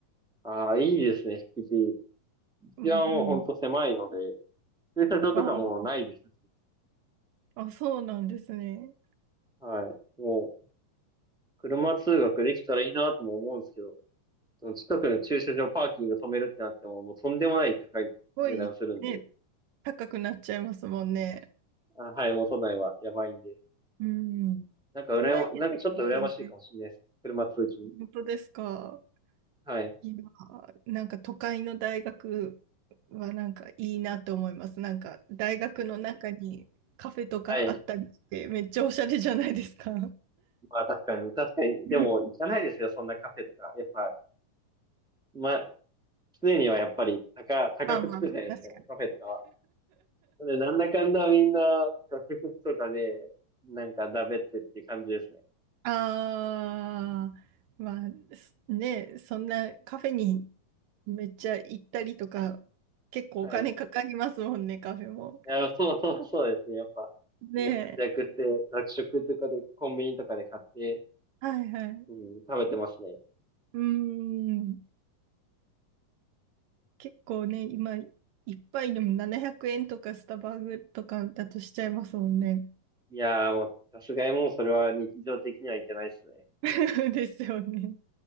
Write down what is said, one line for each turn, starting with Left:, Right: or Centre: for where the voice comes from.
Centre: ああ、いいですね、敷地。
Right: うん、
Centre: 治安はほんと狭いので、駐車場とかもないですし。
Right: あーあ、そうなんですね。す
Centre: はい。もう、車通学できたらいいなとも思うんですけど、その近くの駐車場パーキング止めるってなっても、もうとんでもない高い値段するんで、
Right: ごい、ね、高くなっちゃいますもんね。
Centre: あ、はい、もう都内はやばいんで。
Right: うん。
Centre: なんか羨ま、
Right: 都内です。
Centre: なんかちょっと羨ましいかもしれないです。
Right: 全然。
Centre: 車通勤。
Right: 本当ですか。
Centre: はい。
Right: 今、なんか都会の大学はなんかいいなって思います。なんか大学の中にカフェとかあったりして、
Centre: はい。
Right: めっちゃおしゃれじゃないですか。
Centre: まあ確かに、確かに。
Right: <laughs>
Centre: でも行かないですよ、そんなカフェとか。やっぱ、まあ、常にはやっぱり高、高くつくじゃないですか、
Right: まあまあまあ、確かに。
Centre: カフェとかは。で、なんだかんだみんな学食とかで、なんかだべってっていう感じですね。
Right: <laughs> ああ、まあ、すね、そんなカフェにめっちゃ行ったりとか、結構お金かかりますもんね、
Centre: はい。い
Right: カフェも。
Centre: や、そうそうそうですね、やっぱ。
Right: ねえ、
Centre: みんな節約して、学食とかで、コンビニとかで買って、
Right: はいはい。
Centre: うん、食べてますね。
Right: うーん。結構ね、今、一杯でも700円とかスタバとかだとしちゃいますもんね。
Centre: いやーもう、さすがにもうそれは日常的にはいけないですね。
Right: <laughs> ですよね。